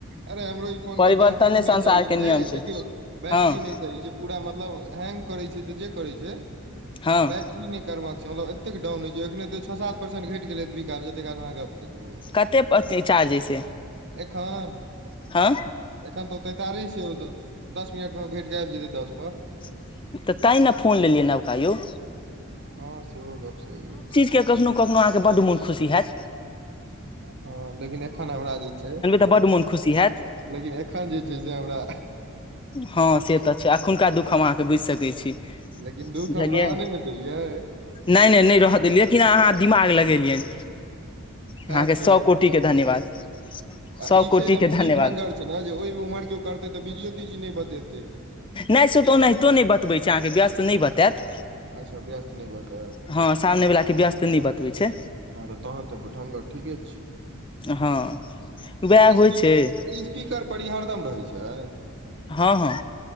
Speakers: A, on the right; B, on the left.
A: अरे हमरो ई फोन
B: परिवर्तने
A: के बैटरी नहि
B: संसार
A: सही
B: के
A: छै
B: नियम
A: देखियौ बैटरी
B: हँ
A: नहि सही छै पूरा मतलब हैंग करै छै तऽ जे करै छै
B: हँ
A: आ ब इने करबक छै मतलबत अतै डाउन होय छै अखने छ सात परसंट घट गेले विकास जते अहाँ काल गप केलियै
B: कते पते चार्ज है स
A: एखन
B: हँ
A: एखन तऽ ओ तैंतालिस छै ओ दस मिनट मे घटि कऽ आइब जेतै दस पर
B: <inaudible> तऽ तै ने फोन लेलियै नबका य
A: हँ सेहो गप सहियो अछि
B: कख कखनो अहाँके बड्ड मोन खुशी होयत
A: हं लेकिन एखन हमरा जे छै
B: तऽ बड्ड मोन खुशी हैत
A: लेकिन एखन जे छै से हमरा
B: हँ से तऽ छै अखुनका दुःख हम अहाँके बुइझ सकैत छी
A: लेकिन दुख
B: बुझलियै
A: हमरा आ नहि ने देलियै
B: नहि नहि नहि रहऽ देलियैेकन अहाँ दिमाग लगेलियनि अहाँके
A: काज
B: सए
A: क
B: कोटि के धन्यवाद
A: आ
B: सए
A: ई
B: कोटि
A: छै ने
B: के धन्यवाद
A: ई ढंगर ने जे ओहिमे उम्हर किओ करै तऽ बीजियो तीजी नहि बतेतै
B: नै से तऽ ओनाहितो नहि बतबै छै अहाँ के व्यस्त नहि बतेयत
A: अच्छा ब्यत नै बते
B: हँ सामने वला के व्यस्त न ब होए छै
A: हँ तऽ तहन तऽ ढंगर ठीके छै
B: हं वएह
A: तऽ
B: होइ
A: स्पी
B: छथ
A: तऽ स्पीकर पर हरदम रहै छै
B: हं हँ